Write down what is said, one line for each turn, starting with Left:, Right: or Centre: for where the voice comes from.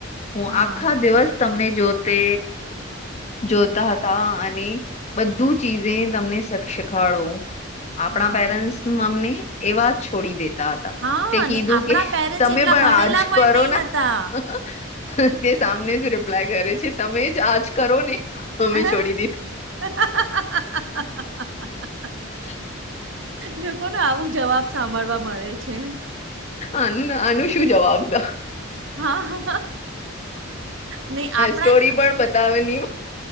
Left: હું
Right: હા
Left: આખા દિવસ તમને જોતે જોતા હતા અને બધું ચીજે તમને શીખાડો આપણા
Right: હા
Left: પેરેન્ટ્સ અમને એવા જ છોડી દેતા હતા.
Right: હા
Left: તે
Right: અને
Left: કીધું
Right: આપણા
Left: કે
Right: પેરેન્ટ્સ
Left: તમે
Right: એટલા
Left: પણ
Right: ભણેલા
Left: આજ
Right: પણ
Left: કરો
Right: નહી
Left: ના
Right: હતા
Left: તે સામને જ રિપ્લાય કરે છે તમે જ આજ કરો ને
Right: હ
Left: અમે છોડી હ <inaudible>
Right: જો કોને આવું જવાબ. સાંભળવા મળે છે
Left: આનું આનું શું જવાબ દ
Right: હા નને આપણા
Left: સ્ટોરી પણ બતાવે નહી